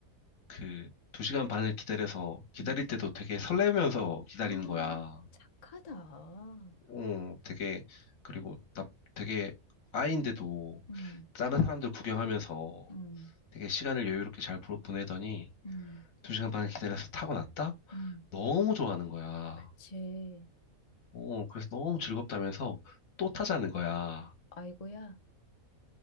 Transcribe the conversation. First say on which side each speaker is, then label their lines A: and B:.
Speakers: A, on the left; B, on the left.
A: 그 2시간 반을 기다려서 기다릴
B: 응.
A: 때도 되게 설레면서 기다리는
B: 아,
A: 거야.
B: 착하다.
A: 어, 되게, 그리고 나 되게 아이인데도
B: 응,
A: 다른 사람들 구경하면서
B: 응,
A: 되게 시간을 여유롭게 잘 보- 보내더니
B: 응,
A: 두 시간 반을 기다려서 타고 났다?
B: 응
A: 너무 좋아하는 거야.
B: 그치.
A: 어, 그래서 너무 즐겁다면서 또 타자는 거야.
B: 아이고야.